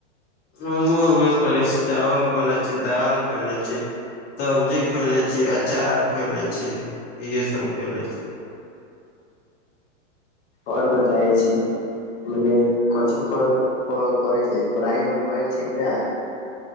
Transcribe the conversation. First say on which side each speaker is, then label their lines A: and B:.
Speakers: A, on the left; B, on the left.
A: मोमो उए खे छी चावल खैले छी दाल खैले छी सब्जी खयले छी अचार खैले छी इहे सब खयले छी
B: और बतायै छी मने कथि कर करै छै पढ़ाई ओर भयल छै कि नहि आय